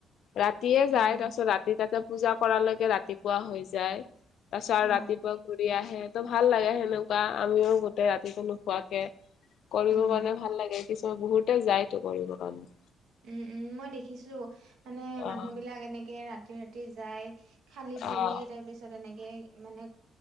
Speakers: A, on the left; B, on the right.
A: ৰাতিয়ে যায়,
B: উম উম
A: তাৰপিছত ৰাতি তাতে পূজা কৰালৈকে ৰাতিপুৱা হৈ যায়। তাৰপিছত আৰু
B: অ
A: ৰাতিপুৱা ঘূৰি আহে ত ভাল লাগে সেনেকুৱা আমিও গোতেেই ৰাতিটো নোখোৱাকে। কৰিব
B: উম।
A: কাৰণে ভাল লাগে কিছুমান বহুতে যায়তো কৰিব কাৰণে।
B: উম উম, মই দেখিছো মানে
A: অ
B: মানুহ বিলাক এনেকে ৰাতি ৰাতি যায়। খালি
A: অ',
B: ভৰি তাৰ পিছত এনেকে মানে